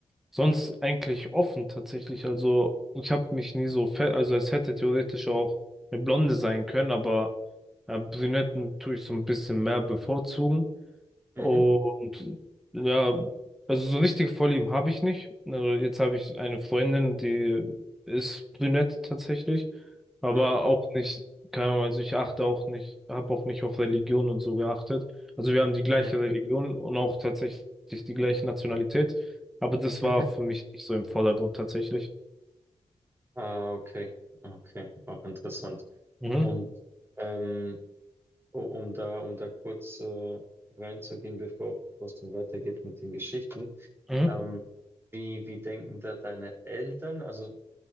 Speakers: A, in the centre; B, on the right.
A: Sonst eigentlich offen tatsächlich. Also ich habe mich nie so fett, also es hätte theoretisch auch eine Blonde sein können, aber äh, Brünetten tue ich so ein bisschen mehr bevorzugen.
B: mhm,
A: Und ja, also so richtige Vorlieben habe ich nicht. Also jetzt habe ich eine Freundin, die ist brünett tatsächlich, aber
B: mhm,
A: auch nicht, keine Ahnung, also ich achte auch nicht, habe auch nicht auf Religion und so geachtet. Also wir haben die gleiche
B: mhm,
A: Religion und auch tatsächlich die gleiche Nationalität, aber das
B: mhm.
A: war für mich nicht so im Vordergrund tatsächlich.
B: Ah, okay, okay, auch interessant.
A: Mhm.
B: Und ähm, Oh, um da, um da kurz äh, reinzugehen, bevor, bevor es dann weitergeht mit den Geschichten.
A: Mhm.
B: Ähm, wie, wie denken da deine Eltern, also